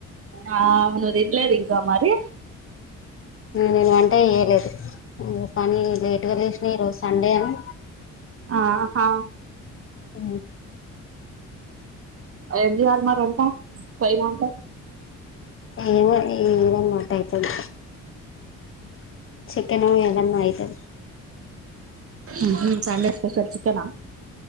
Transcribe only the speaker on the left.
ననువంటే చేయలేదు నువ్వు కానీ లేట్గా లేసినాయి ఈ రోజు సండే అని
ఆ
ఏమో ఏదన్న ఒకటి అయితది చక్కెన్ ఏదన్నా అయితది